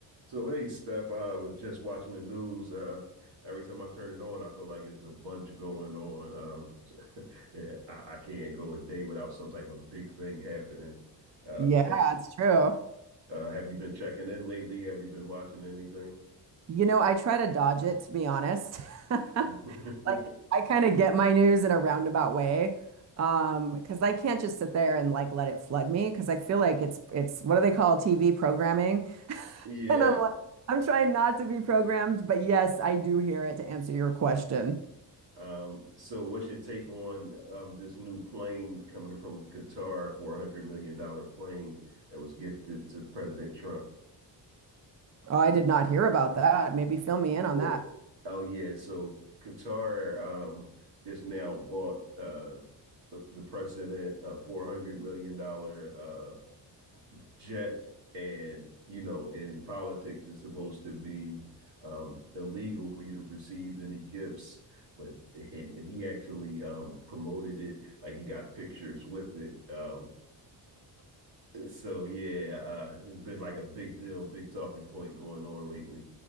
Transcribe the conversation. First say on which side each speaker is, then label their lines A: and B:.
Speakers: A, on the right; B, on the right.
A: So hey, Steph, I was just watching the news. Uh, every time I turn it on, I feel like it's a bunch going on. Um, <laughs> yeah, I, I can't go a day without some type of big thing happening. Uh,
B: Yeah, it's true.
A: <laughs> uh, have you been checking in lately? Have you been watching anything?
B: You know, I try to dodge it, to be honest. <laughs>
A: <laughs>
B: Like, I kind of get my news in a roundabout way. Um, because I can't just sit there and like let it flood me because I feel like it's it's what do they call TV programming? <laughs>
A: Yeah.
B: And I'm like, I'm trying not to be programmed, but yes, I do hear it to answer your question.
A: Um, so what's your take on um, this new plane coming from Qatar, $400 million dollar plane that was gifted to President Trump?
B: Oh, I did not hear about that. Maybe fill me in
A: Yeah.
B: on that.
A: Oh yeah, so Qatar um just now bought uh the, the president a four hundred million dollar uh jet and you know in politics it's supposed to be um illegal for you to receive any gifts but and, and he actually um promoted it like he got pictures with it um so yeah uh it's been like a big deal big talking point going on lately